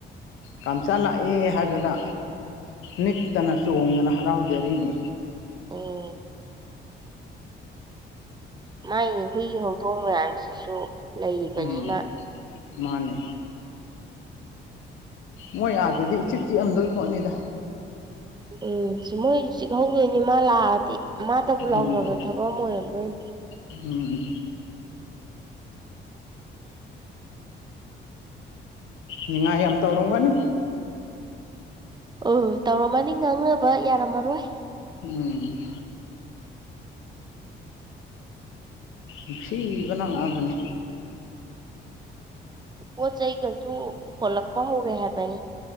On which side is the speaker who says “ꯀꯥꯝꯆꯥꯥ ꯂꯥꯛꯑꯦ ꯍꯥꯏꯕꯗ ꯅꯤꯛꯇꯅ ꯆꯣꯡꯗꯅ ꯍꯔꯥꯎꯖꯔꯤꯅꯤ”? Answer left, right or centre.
Left